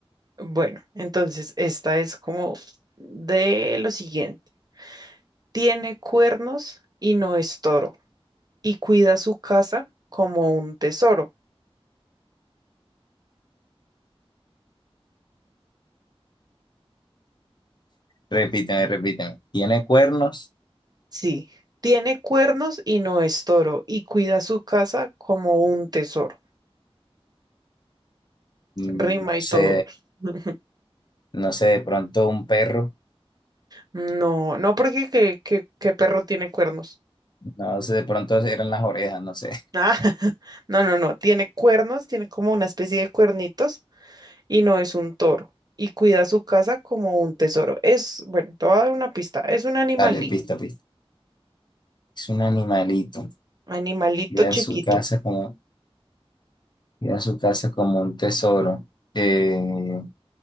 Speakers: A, on the right; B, on the left.
A: Bueno, entonces esta es como de lo siguiente. Tiene cuernos y no es toro, y cuida su casa como un tesoro.
B: Repíteme, repíteme. ¿Tiene cuernos?
A: Sí, tiene cuernos y no es toro, y cuida su casa como un tesoro.
B: Mm,
A: Rima
B: No sé,
A: y todo. <laughs>
B: no sé, de pronto un perro.
A: No, no porque que, que, que perro tiene cuernos.
B: No sé, de pronto eran las orejas, no sé.
A: Ah, <laughs> no, no, no, tiene cuernos, tiene como una especie de cuernitos y no es un toro. Y cuida su casa como un tesoro. Es, bueno, te voy a dar una pista, es
B: <laughs>
A: un animalito,
B: Dale, pista, pista. Es un animalito.
A: animalito
B: Cuida
A: chiquito.
B: su casa como, cuida su casa como un tesoro. Eh,